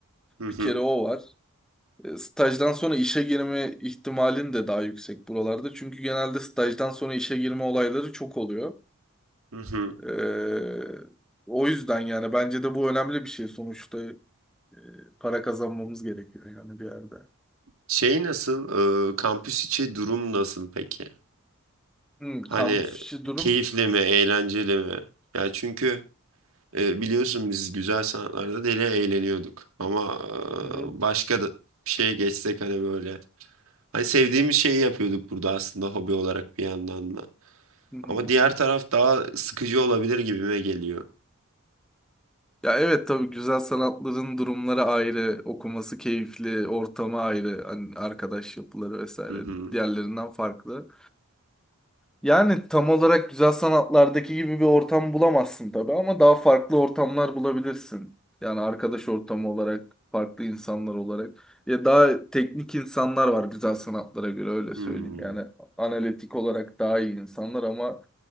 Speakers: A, on the right; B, in the centre.
A: Hı hı.
B: Bir kere o var. Ee, stajdan sonra işe girme ihtimalin de daha yüksek buralarda. Çünkü genelde stajdan sonra işe girme olayları çok oluyor.
A: Hı hı.
B: Ee, o yüzden yani bence de bu önemli bir şey sonuçta. e, Para kazanmamız gerekiyor yani bir yerde.
A: Şey nasıl? E, kampüs içi durum nasıl peki?
B: Hmm, kampüs
A: Hani
B: içi durum.
A: keyifli mi, eğlenceli mi? Ya çünkü e, biliyorsun biz güzel sanatlarda deli eğleniyorduk. Ama
B: Hı hı,
A: e, başka da bir şeye geçsek hani böyle. Hani sevdiğimiz şeyi yapıyorduk burada aslında hobi olarak bir yandan da.
B: hı hı.
A: Ama diğer taraf daha sıkıcı olabilir gibime geliyor.
B: Ya evet tabii güzel sanatların durumları ayrı, okuması keyifli, ortamı ayrı, hani arkadaş yapıları vesaire
A: Hı hı.
B: diğerlerinden farklı. Yani tam olarak güzel sanatlardaki gibi bir ortam bulamazsın tabii ama daha farklı ortamlar bulabilirsin. Yani arkadaş ortamı olarak, farklı insanlar olarak. Ya daha teknik insanlar var güzel sanatlara göre öyle
A: Hmm.
B: söyleyeyim. Yani analitik olarak daha iyi insanlar ama